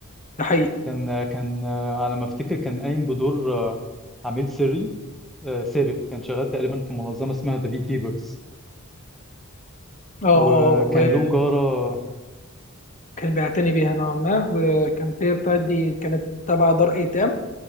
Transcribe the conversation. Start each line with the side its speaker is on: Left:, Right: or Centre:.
Left: ده حقيقي
Centre: كان كان على ما افتكر كان قايم بدور آه، عميل سري آه، سابق كان شغال تقريبا في منظمه اسمها ذا بي كيبرز
Left: اه اه
Centre: وكان
Left: آه،
Centre: له جاره
Left: كان بيعتني بيها نوعا ما وكانت هي بتاعتي كانت تبع دار ايتام